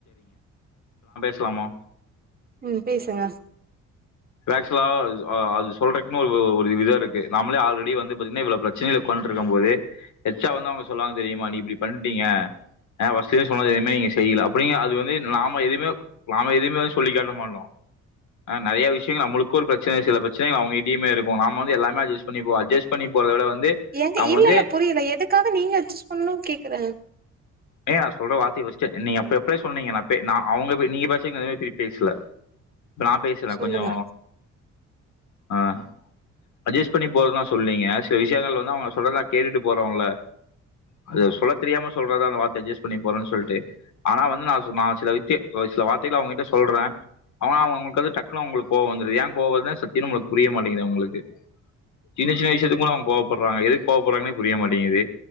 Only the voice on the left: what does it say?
லாமா
ஆக்சுவலா அது சொல்றதுக்குன்னு ஒரு விதோ இருக்கு நாமளே ஆல்ரெடி வந்து பாத்தீங்கன்னா இவ்ளோ பிரச்சனைகளை கொண்ட்டு இருக்கும் போது எச்சா வந்து அவுங்க சொன்னாங்க தெரியுமா நீ இப்டி பண்ட்டீங்க ஆ வச்லே சொன்ன எதுமே நீங்க செய்யல அப்டிங்க அது வந்து நாம எதுவுமே நாம எதுவுமே வந்து சொல்லிக் காட்ட மாட்டோ ஆ நெறய விஷய நம்மளுக்கு ஒரு பிரச்சன சில பிரச்சன அவுங்கிட்டமே இருக்கு நாம வந்து எல்லேமே அஜ்ஜட் பண்ணிப்போ அஜ்ஜஸ் பண்ணி போறத விட வந்து
நாம
வந்து
"ஏய் நான் சொல்ற வார்த்தை ஃபஸ்ட்டு நீங்க அப்ப எப்படி சொன்னீங்க அவுங்க நீங்க பேசல இப்ப நா பேசல
கொஞ்சோ ஆஹ் அட்ஜஸ்ட் பண்ணி போறதுன்னா நா சொல்லீங்க சில விஷயங்கள் வந்து அவுங்க சொல்றதா கேட்டுட்டு போறவங்கள அது சொல்ல தெரியாம சொல்றதா அந்த வார்த்தை அட்ஜஸ்ட் பண்ணி போறேன்னு சொல்ட்டு ஆனா வந்து நா நா சில வித்த சில வார்த்தைகள் அவங்கிட்ட சொல்றே அவனா அவுங்களுக்குது டக்குனும் அவுங்களுக்கு கோவ வந்துரு ஏ கோப வருதுன்னா சத்தியமா உங்களுக்கு புரிய மாட்டேங்கது அவுங்களுக்கு சின்ன சின்ன விஷயத்துக்கு கூட அவுங்க கோவப்படுறாங்க எதுக்கு கோவப்படுறாங்கன்னே புரிய மாட்டேங்குது